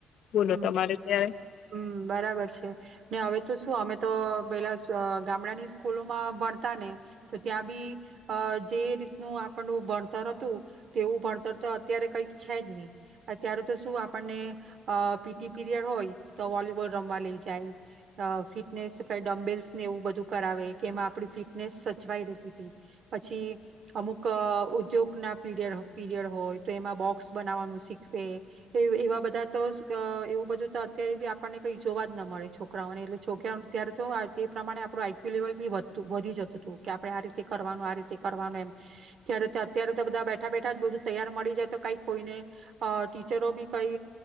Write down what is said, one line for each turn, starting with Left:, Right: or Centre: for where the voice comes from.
Left: બોલો
Right: હમ્મ
Left: તમારે ત્યારે
Right: હમ બરાબર છે ને હવે તો શું અમે તો પેલા સ અ ગામડાની સ્કૂલોમાં ભણતાને તો ત્યાં બી અ જે રીતનું આપણુ ભણતર હતું તેવું ભણતર તો અત્યારે કઈક છે જ ની અત્યારે તો શું આપણને અ પીટી પીરિયડ હોય તો વોલીબોલ રમવા લઈ જાય અ ફિટનેસ ક ડમ્બેલ્સને એવું બધું કરાવે કે એમાં આપણી ફિટનેસ સચવાઈ રહેેતી પછી અમુક ઉદ્યોગના પીરયડ પીરિયડ હોય તો એમાં બોક્સ બનાવવાનું શીખવે એ એવા બધા તોજ અ એવું બધું તો અત્યારે બી આપણને કઈ જોવા જ ન મળે છોકરાઓને એટલે છોકરાઓ ત્યારે તો એ પ્રમાણે આપણું આઈક્યુ લેવલ બી વધતું વધી જતું તું કે આપણે આ રીતે કરવાનું આ રીતે કરવાનું એમ ત્યારે અત્યારે તો બધા બેઠા-બેઠા જ બધું તૈયાર મળી જાય તો કઈ કોઈને ટીચરો બી કઈ